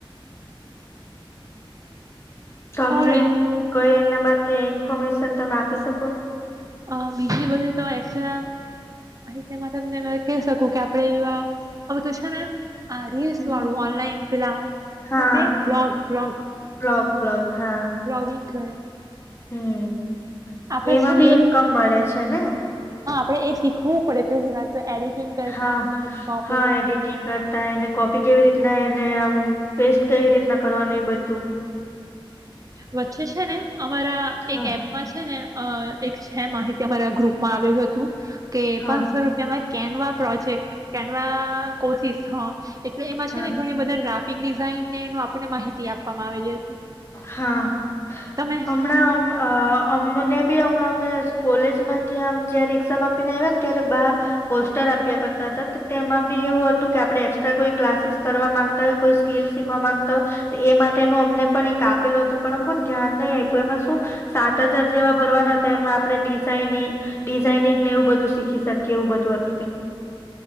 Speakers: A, on the left; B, on the right.
A: તોમને
B: તમારે
A: કઈ
B: હા
A: એના માટે ફોર્મેશન તમે આપી શકો.
B: અહ બીજી બધુ તો એકસ્ટ્રા માહિતીમાં તમને મેં કહી શકું કે આપડે એવા હવે તો છે ને આ રીલ્સ
A: હમ
B: વાળું ઓનલાઈન પેલા
A: હા
B: શું કેય બ્લોગ બ્લોગ
A: બ્લોગ બ્લોગ. હા.
B: બ્લોગિંગ કરે.
A: હમ્મ.
B: આપણે
A: એમાં
B: છે
A: ભી
B: ને
A: ઇન્કમ મળે છે ને.
B: આપણે એ શીખવું પડે પહેલી વાત. તો એડિટિંગ કરતા
A: હા
B: કટ કોપી
A: હા એડિટિંગ કરતા એને કોપી કેવી રીતના એને અમ પેસ્ટ કઈ રીતના કરવાનું એ બધું.
B: વચ્ચે છે ને... અમારા
A: હા
B: એક એપમાં છે ને... અ એક છે માહિતી અમારા ગ્રુપમાં આવેલું હતું. કે
A: હા
B: પાનસો રૂપિયામાં કેનવા... પ્રોજેક્ટ. કેનવા કોર્સીસ હ. એટલે એમાં
A: હા
B: છે ને ઘણી બધા ગ્રાફિક ડિઝાઇન ને એનું આપણને માહિતી... તી આપવામાં આવેલી હતી.
A: હા
B: તમે
A: અમણાં અમ અ અમને બી હમણાં અમે કોલેજમાંથી આમ જ્યારે એક્ઝામ આપીને આવ્યા ને ત્યારે બહાર પોસ્ટર આપ્યા કરતા હતા, તો તેમાં બી એવું હતું કે આપણે એકક્સ્ટ્રા કોઈ ક્લાસીસ કરવા માંગતા હોય કોઈ સ્કીલ શીખવા માંગતા હોય તો એ માટેનું અમને પણ એક... કાપેલો હતું પણમ બહુ ધ્યાન નહી આપ્યું એમાં શું સાત હજાર જેવા ભરવાના હતા એમાં આપણે ડિઝાઇનીગ ડિઝાઇનિંગ ને એવું બધું શીખી શકીએ એવું બધું હતું કઈ...